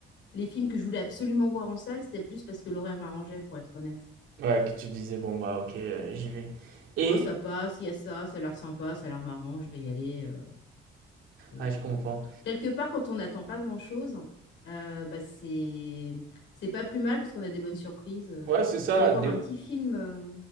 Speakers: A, on the left (about 75°); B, on the right (about 85°).
A: les films que je voulais absolument voir en salle, c'était plus parce que l'horaire m'arrangeait, pour être honnête.
B: que tu disais, bon, bah, ok, euh, j'y vais. Et.
A: Ouais, ça passe, il y a ça, ça a l'air sympa, ça a l'air marrant, je vais y aller. euh, et
B: Ouais,
A: puis,
B: je comprends.
A: euh, quelque part, quand on n'attend pas grand-chose, euh, bah, c'est c'est pas plus mal parce qu'on a des bonnes surprises. euh.
B: Ouais, c'est ça.
A: Je suis allée voir un petit film, euh,